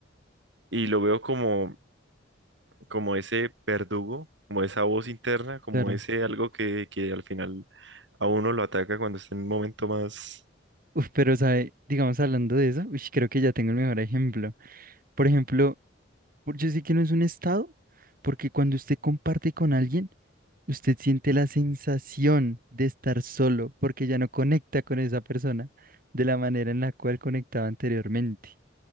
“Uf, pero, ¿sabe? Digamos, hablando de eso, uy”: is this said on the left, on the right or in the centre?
Right